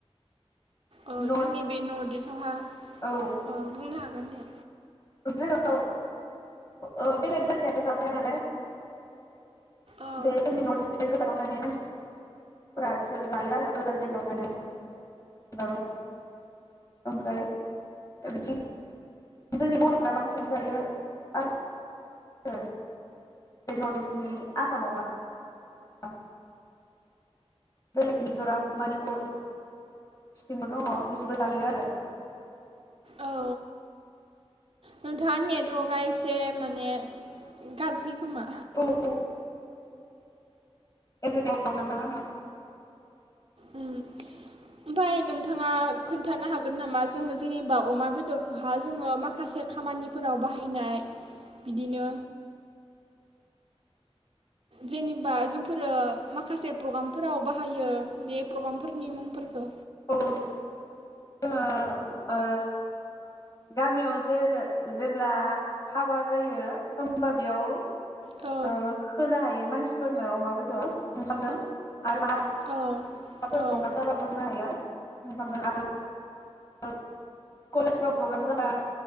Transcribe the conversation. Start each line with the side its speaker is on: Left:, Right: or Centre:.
Right: ओ
Left: नर्थ
Right: जोंनि बे नर्थ इस्टआवहा
Left: औ
Right: ओ बुंनो हा गोनदे
Left: <unintelligible> ओ बेलेग जाथिआथ' जाखाया नालाय
Right: औ
Left: <unintelligible> बे गोजानाव थांहैनाय मानसि फोरा बिसोर जायो आरो गोजान जायगायाव <unintelligible> ओमफ्राय बिथिं जोंनि बर'फ्रा बांसिन जायो आरो बे नर्थ इस्टनि आसामावबा बेलेग मिजराम मनिपुर <unintelligible> दङ बिसोरबो जायो आरो
Right: औ नोंथाङा नेथ वर्कआ एसे माने गाज्रि खोमा
Left: औ <unintelligible>
Right: उम ओमफाय नोंथाङा खोन्थानो हागोन नामा जोङो जेनेबा अमा बेदरखौहा जोङो माखासे खामानिफोराव बाहायनाय बिदिनो जेनेबा जोंफोरो माखासे प्रग्रामफोराव बा बाहायो बे प्रग्रामफोरनि मुंफोरखो
Left: औ जोंहा ओ गामियाव जे-जेब्ला हाबा जायो होमबा बेयाव
Right: औ
Left: ओ खोनाहोयो मानसि फोरनो अमा बेदर ओंखामजों <unintelligible>
Right: औ
Left: माबाफोर
Right: औ
Left: प्रग्राम जाबाबो जाबाबो होनो हायो। <unintelligible> <unintelligible> कलेजफ्राव प्रग्राम जाबा